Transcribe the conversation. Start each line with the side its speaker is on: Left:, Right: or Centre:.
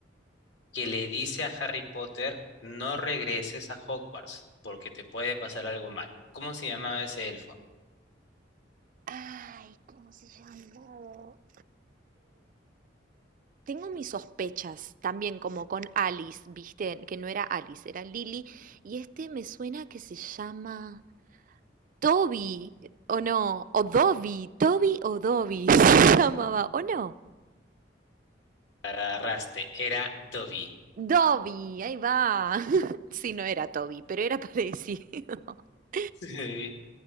Left: que le dice a Harry Potter, no regreses a Hogwarts porque te puede pasar algo malo. ¿Cómo se llamaba ese elfo?
Right: Ay, ¿cómo se llamó? Tengo mis sospechas también como con Alice, viste, que no era Alice, era Lily, y este me suena que se llama Toby, eh, o no, o Dobby, Toby o Dobby <laughs> se llamaba, o no,
Left: Agarraste, era Dobby.
Right: Dobby, ahí va. <laughs> Sí, no era Toby, pero era parecido. <laughs>
Left: Sí.